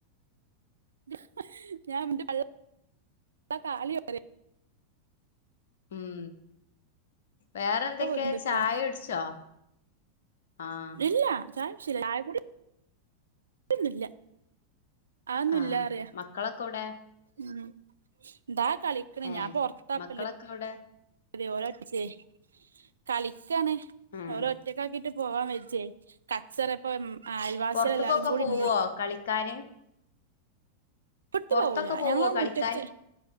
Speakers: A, on the right; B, on the left.
A: <inaudible>
B: ഉം വേറെന്തൊക്കെ
A: ഒരക്ക വീക്ണ്ട് ഇപ്പൊ
B: ചായ ഉടിച്ചോ? ആഹ്..
A: ഇല്ല ചായകുടി ഇല്ല. ട്ടുന്നില്ല, ആ ഒന്നും
B: ആഹ്
A: ഇല്ല അറിയ.
B: മക്കളൊക്കെ എവിടെ
A: ഉം ദാ കളിക്കണ്,
B: ഏഹ്
A: ഞാൻ പൊറത്താപ്പാള്ളത്.
B: മക്കളൊക്കെ എവിടെ?
A: ഇതേപോലെ ഒപ്പിച്ചേ, കളിയ്ക്കാണ്
B: ആഹ്
A: അവരെ ഒറ്റയ്ക്കാക്കി- ട്ട് പോവാൻ വച്ചേ, കച്ചറ ഇപ്പം അയിവാസികൾ
B: പൊറത്ത്ക്കൊക്കെ
A: എല്ലാരും കൂടി
B: പോവോ
A: ഉണ്ട്.
B: കളിക്കാന്
A: ട്ടു
B: പൊറത്തൊക്കെ
A: പോവൂല
B: പോവോ
A: ഞങ്ങളത്
B: കളിക്കാൻ
A: മുറ്റത്ത്.